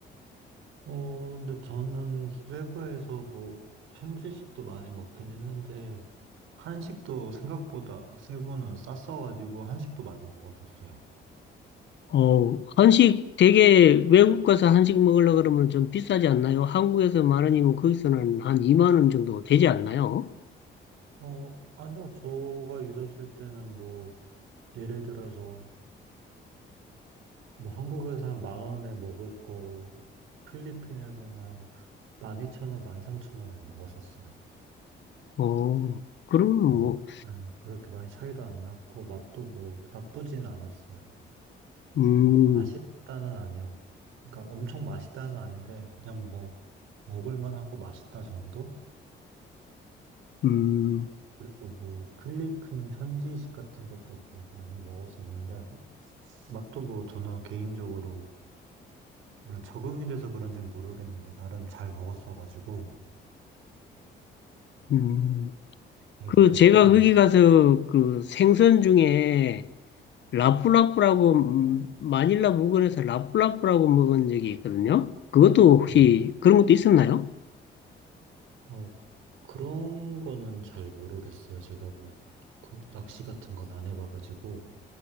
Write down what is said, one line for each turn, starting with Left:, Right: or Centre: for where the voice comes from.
Right: 어, 근데 저는 세부에서 뭐, 현지식도 많이 먹긴 했는데, 한식도 생각보다 세부는 쌌어가지고, 한식도 많이 먹었었어요.
Left: 어, 한식 되게 외국 가서 한식 먹으려 그러면 좀 비싸지 않나요? 한국에서 만 원이면 거기서는 한 2만 원 정도 되지 않나요?
Right: 어, 아니요, 저가 있었을 때는 뭐, 예를 들어서, 뭐 한국에서 한 만 원에 먹을 거 필리핀에서는 한 만 이천 원, 만 삼천 원에 먹었었어요.
Left: 어, 그러면 뭐,
Right: 근데 막 예, 그렇게 많이 차이도 안 났고 맛도 뭐 나쁘진 않았어요.
Left: 음,
Right: 막 맛있다는 아니었고, 그러니까 엄청 맛있다는 아닌데 그냥 뭐 먹을만 하고 맛있다 정도?
Left: 음,
Right: 그리고 뭐 필리핀 현지식 같은 것도 뭐 많이 먹었었는데 뭐 맛도 뭐 저는 개인적으로 원래 적응이 돼서 그런지는 모르겠는데 나름 잘 먹었어가지고.
Left: 음.
Right: 네,
Left: 그
Right: 뭐 나쁘지
Left: 제가
Right: 않을
Left: 거기
Right: 것 같고.
Left: 가서 그 생선 중에 라프라프라고 음, 마닐라 물건에서 라프라프라고 먹은 적이 있거든요. 그것도 혹시
Right: 네.
Left: 그런 것도 있었나요?
Right: 어, 그런 거는 잘 모르겠어요. 제가 뭐, 그 낚시 같은 건 안 해봐가지고.